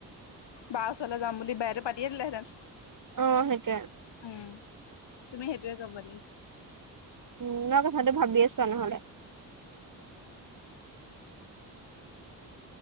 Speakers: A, on the left; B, on the right.
A: বা ওচৰলে যাম বুলি বায়েটো পাতিয়ে দিলেহেঁতেন,
B: অ', সেইটোয়ে
A: উম। তুমি সেইটোয়ে কৰিব লাগিছিলা
B: উ মই কথাতটো ভাবিয়ে চোৱা নহ'লে